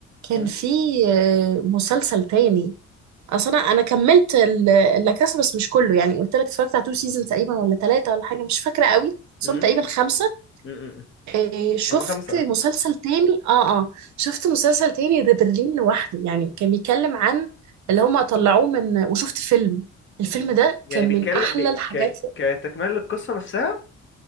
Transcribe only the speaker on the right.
كان
في آه، مسلسل تاني اصل انا انا كملت اللاكاسا بس مش كله يعني قلت لك اتفرجت على تو سيزون تقريبا ولا ثلاثه ولا حاجه مش فاكره قوي بس
هم تقريبا خمسه
إيه، شفت
مسلسل تاني اه اه شفت مسلسل تاني ده برلين لوحده يعني كان بيتكلم عن اللي هم طلعوه من وشفت فيلم الفيلم ده
كان
من احلى
الحاجات